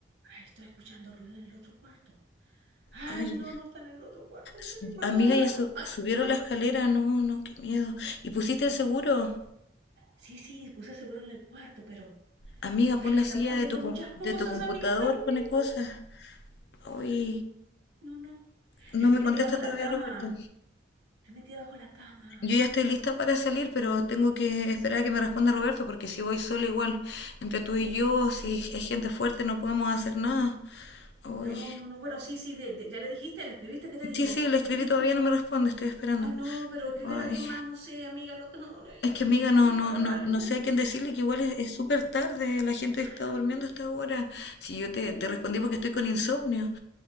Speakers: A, on the right; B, on the left.
A: Ay, estoy escuchando ruido en el otro cuarto. Ay,
B: Ay,
A: no, no está en el otro cuarto, está
B: s-
A: en el cuarto
B: amiga,
A: de al lado.
B: ya su-
A: Ay,
B: subieron
A: ah.
B: la escalera, no, no, qué miedo. ¿Y pusiste
A: te-
B: el seguro?
A: Sí, sí, puse seguro en el cuarto, pero.
B: Amiga, pon
A: Ay, están
B: la silla
A: moviendo
B: de tu,
A: muchas
B: com-
A: cosas,
B: de tu computador,
A: amiga, están moviendo.
B: pone cosas. Ay,
A: No, no.
B: no
A: Yo estoy
B: me
A: metida
B: contesta
A: bajo
B: todavía
A: la cama.
B: Roberto.
A: Estoy metida bajo la cama.
B: Yo ya estoy lista para salir, pero tengo que
A: Sí,
B: esperar
A: sí.
B: a que me responda Roberto, porque si voy sola igual, entre tú y yo, si es gente fuerte, no podemos hacer nada. Uy.
A: No, no, no. Bueno, sí, sí, de- de- ya le dijiste, le escribiste, ¿qué te dijo?
B: Sí, sí, le escribí,
A: ¿Qué te dijo?
B: todavía no me responde, estoy esperando.
A: Ay, no, pero escríbele
B: Ay.
A: a alguien más, no sé, amiga, no, te- no, no,
B: Es
A: yo
B: que amiga,
A: no, no,
B: no,
A: se me
B: no,
A: va a dar
B: no,
A: algo.
B: no sé a quién decirle que igual es es súper tarde, la gente
A: Ay,
B: está durmiendo
A: qué-
B: hasta ahora. Si yo te,
A: qué
B: te
A: me-
B: respondí porque estoy con insomnio.